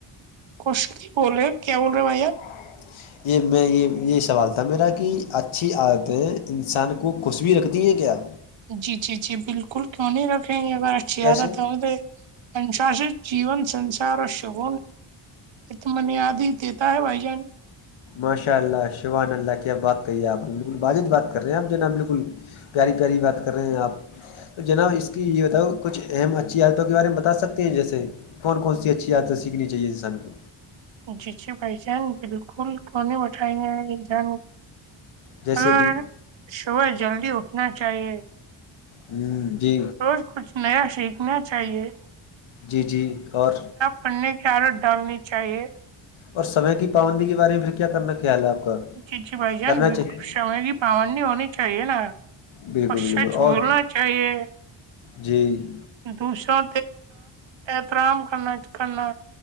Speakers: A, on the right; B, on the left.
A: کش کی ب رہے کیا بول رہے بھیا
B: <inaudible> یہ میں یہ یہ سوال تھا میرا کہ اچھی عادتیں انسان کو خوش بھیی رکھ دی ہیں کیا
A: جی جی جی بالکل کیوں نہیں رکھیں گے اگر اچھی
B: کیسے
A: عادت ہےے انشاست جیون سنسار اور شگ یہ تو م نے یاد ہی دیتا ہے بھائی جان
B: ماشاء اللہ شیوان اللہ کی اب بات کہی ہے آپ نے بالکل باجد بات کر رہے ہیں آب جناب بالکل پیاری پیاری بات کر رہے ہیں آپ تو جناب اس کی یہ بتاؤ کچھ اہم اچھی عادتوں کے بارے میں بتا سکتے ہیں جیسے کون کون سی اچھی آیاتیں سیکھنی چاہیے انسان کو
A: جی جی بھائی جان بالکل کیوں نہیں بٹھائیں گے جان
B: جیسے
A: اگر
B: کہ
A: صبح جلدی اٹھنا چاہیے
B: ہ جی
A: روز کچھ نیا سیکھنا چاہیے
B: جی جی اور
A: پنی کیارت ڈالنی چاہیے
B: اور سمے کی پابندی کے بارے میں پھر کیا کرنا خیال ہے آپ کا
A: جی جی بھائی جان
B: کرنا
A: بالکل
B: چاہیے
A: سامے بھی پامان نہیں ہونی چاہیے نا
B: بالکل
A: اچ
B: بالکل
A: سچ
B: اور
A: بولنا چاہیے
B: جی
A: دوسروں احترام کرنا کرنا